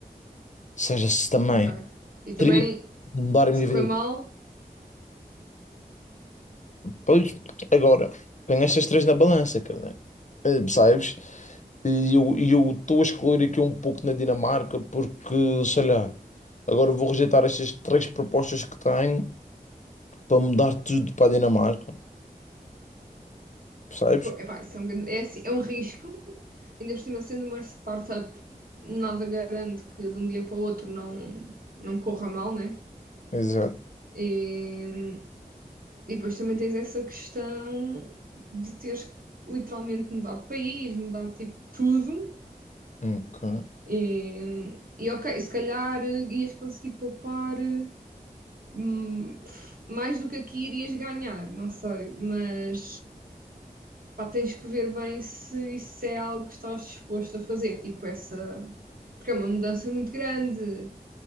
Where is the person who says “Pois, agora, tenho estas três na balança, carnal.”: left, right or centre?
Left